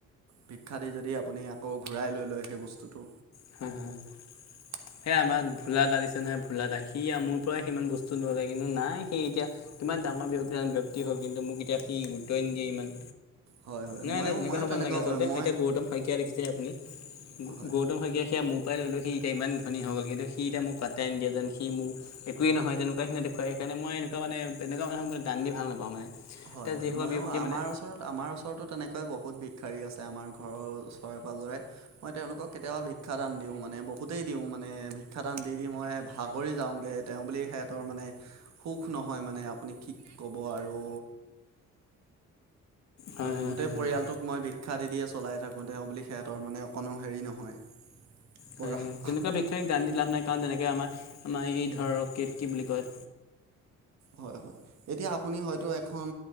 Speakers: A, on the right; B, on the left.
A: ভিক্ষা দি যদি আপুনি আকৌ ঘূৰাই লৈ লয় সেই বস্তুটো।
B: <unintelligible>
A: <inaudible>
B: সেই আমাৰ ভোলা দা দিছে নহয় ভোলা দা সি আমোৰ পৰাই সিমান বস্তু নয় কিন্তু নাই সি এতিয়া। কিমান ডাঙৰজন ব্যক্তি হ'ল কিন্তু মোক এতিয়া সি গুৰুত্বই নিদিয়ে ইমান।
A: হয় হয়
B: নাই
A: ময়ো
B: নাই তেনেকুৱা
A: ময়ো
B: হ'ব নালাগে আচলতে
A: মই
B: এতিয়া গৌতম শইকীয়া দেখিছে আপুনি
A: হয়
B: গৌতম শইকীয়া। সেয়া মোৰ পৰাই লৈ লৈ এতিয়া ইমান ধনী হৈ গ'ল কিন্তু সি এতি মোক পাত্তাই নিদিয়া যেন সি মোক। একোৱে নহয় তেনেকুৱা দেখুৱাই সেইকাৰণে মই এনেকুৱা মানে তেনেকুৱা মানুহবোৰক দান দি ভাল নাপাওঁ মানে। এতিয়া
A: হয় হয়
B: যিসকল
A: মইয়ো
B: ব্যক্তিয়ে
A: আমাৰ
B: মানে
A: ওচৰত। আমাৰ ওচৰতো তেনেকৈ বহুত ভিক্ষাৰী আছে আমাৰ ঘৰৰ ওচৰে পাজৰে। মই তেওঁলোকক কেতিয়াবা ভিক্ষা দান দিওঁ মানে বহুতেই দিওঁ মানে ভিক্ষাদান দি দি মই ভাগৰি যাওঁগে। তেওঁ বুলি সিহঁতৰ মানে সুখ নহয় মানে আপুনি কি ক'ব আৰু।
B: হয়
A: মানে
B: হয়
A: গোটেই
B: হয়
A: পৰিয়ালটোক
B: হয়
A: মই ভিক্ষা দি দিয়ে চলাই থাকোঁ তেওঁ বুলি সিহঁতৰ মানে অকণো হেৰি নহয়। পৰা
B: হয় তেনেকুৱা বিশেষয় দান দি লাভ নাই কাৰণ যেনেকৈ আমাৰ আমাৰ এই ধৰক কি বুলি কয়।
A: হয় হয়। এতিয়া আপুনি হয়তো এখন